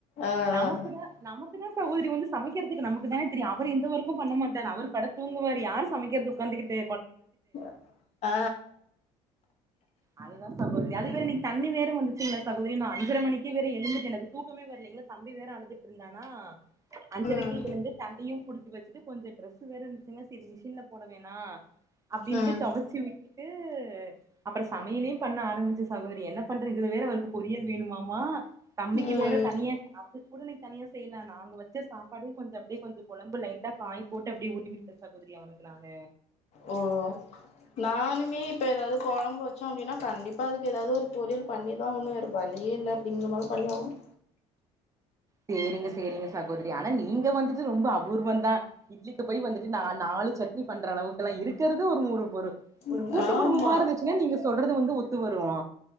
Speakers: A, on the left (about 55°); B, on the right (about 25°).
A: ஆ
B: நமக்கு தா நமக்கு தா சகோதரி வந்து சமைக்றதுக்கு நமக்கு தானே தெரியு அவரு எந்த ஓர்க்கும் பண்ண மாட்டாரு அவரு படுத் தூங்குவாரு யாரு சமைக்றது உட்காந்துகிட்டு
A: வ ஆ
B: அது தா சகோதரி அதுவே இன்னிக் தண்ணி வேரு வந்துச்சுங்ளா சகோதரி நா அஞ்சர மணிக்கு வேற எழுந்துட்டு எனக்கு தூக் தூக்கமே வர்ல இங்க தம்பி வேற அழுதுட்டு இருந்தானா அஞ்சரக்கு
A: ம்
B: எழுந்து தண்ணியும் புடுச் வச்சுட்டு கொஞ்ச ட்ரஸ் வேற இருந்துச்சுங்க சரி மிஷின்ல போட வேணா அப்டின்ட்டு
A: ம்
B: தொவச்சி விட்டுட்டு அப்புறோ சமையலே பண்ண ஆரம்பிச்சு சகோதரி என்ன பண்ற இதுல வேற அவருக்கு பொரியல் வேணுமாமா தம்பிக்கு
A: ம்
B: வேற தனியா குரனக்கு தனியா செய்யலா நாங்க வச்ச சாப்பாடு கொஞ்ச அப்டியே கொஞ்ச கொழம்பு லைட்டா காய் போட்டு அப்டியே ஊட்டி விட்டே சகோதரி அவனுக்கு நானு
A: ஓ நானுமே இப்ப ஏதாவது கொழம்பு வச்சோ அப்டின்னா கண்டிப்பா அதுக்கு ஏதாவது ஒரு பொரியல் பண்ணிதா ஆவணு வேற வழியே இல்ல அப்டிங்கற மாரி பண்ணிஆவனு
B: சேரிங்க சேரிங்க சகோதரி ஆனா நீங்க வந்துட்டு ரொம்ப அபூர்வம் தா இட்லிக்கு போய் வந்துட்டு நா நாலு சட்னி பண்ற அளவு லனா இருக் இருக்குறது ஒரு மூனுபொரு ஒரு
A: ம்
B: கூட்டு
A: ஆமா
B: குடும்பமா இருந்துச்சுன்ன நீங்க சொல்ரது வந்து ஒத்து வருவோ